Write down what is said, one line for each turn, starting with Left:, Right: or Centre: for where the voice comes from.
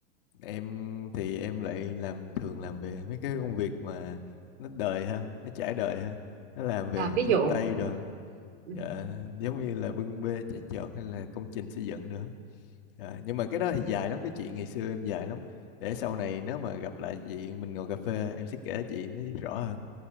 Left: em thì em lại làm thường làm về mấy cái công việc mà nó đời hơn nó trải đời hơn nó làm về
Right: à, ví
Left: chân
Right: dụ
Left: tay rồi
Right: ừ.
Left: Dạ, giống như là bưng bê chạy chọt hay là công trình xây dựng nữa Dạ, nhưng mà cái đó thì dài lắm cái chuyện ngày xưa em dài lắm để sau này nếu mà gặp lại chị mình ngồi cà phê em sẽ kể chị nó rõ hơn